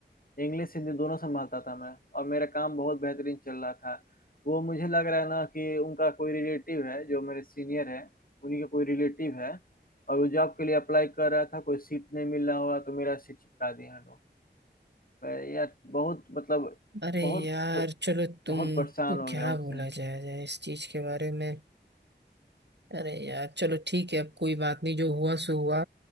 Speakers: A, on the left (about 50°); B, on the right (about 65°).
A: इंग्लिश हिंदी दोनों संभालता था मैं और मेरा काम बहुत बेहतरीन चल रहा था वो मुझे लग रहा है ना कि उनका कोई रिलेटिव है जो मेरे सीनियर है उन्हीं का कोई रिलेटिव है और वो जॉब के लिए अप्लाई कर रहा था कोई सीट नहीं मिल रहा होगा तो मेरा सीट चिपका दिया लोग मैं यार बहुत मतलब
B: अरे
A: बहुत
B: यार चलो तुमको
A: बहुत परेशान हो
B: क्या
A: गया उस
B: बोला
A: दिन
B: जाए जाए इस चीज के बारे में अरे यार चलो ठीक है अब कोई बात नहीं जो हुआ सो हुआ